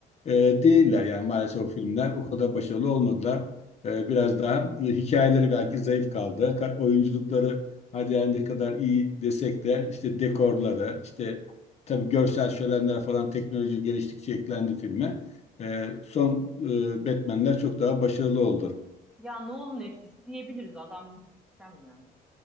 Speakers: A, on the left; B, in the centre.
A: e, değiller. Yani maalesef o filmler o kadar başarılı olmadılar. E, biraz daha e, hikayeleri belki zayıf kaldı. Ka- oyunculukları hadi yani ne kadar iyi desek de işte dekorları işte tabii görsel şölenler falan teknoloji geliştikçe eklendi filme. E, son e, Batman'ler çok daha başarılı oldu.
B: Ya Nolan etkisi diyebiliriz. Adam muhteşem yani.